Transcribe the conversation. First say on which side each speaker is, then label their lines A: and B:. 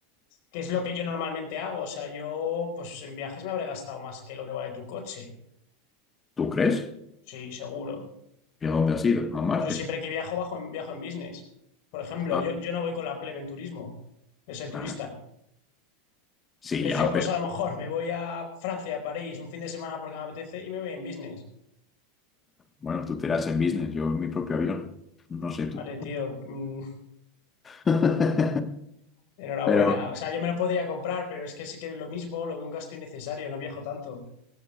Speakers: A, on the left; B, on the left.
A: que es lo que yo normalmente hago. O sea, yo, pues en viajes me habré gastado más que lo que vale tu coche.
B: ¿Tú crees?
A: Sí, seguro.
B: ¿Y a dónde has ido? A Marte.
A: Yo siempre que viajo, bajo en, viajo en business. Por ejemplo,
B: Ah,
A: yo, yo no voy con la plebe en turismo, de ser turista.
B: ah. Sí,
A: Entonces
B: ya,
A: yo,
B: pero
A: pues a lo mejor me voy a Francia, a París, un fin de semana porque me apetece y me voy en business.
B: bueno, tú te irás en business, yo en mi propio avión. No sé tú.
A: Vale, tío. mm,
B: <laughs>
A: Enhorabuena.
B: Pero...
A: O sea, yo me lo podría comprar, pero es que sí que es lo mismo, lo veo un gasto innecesario, no viajo tanto.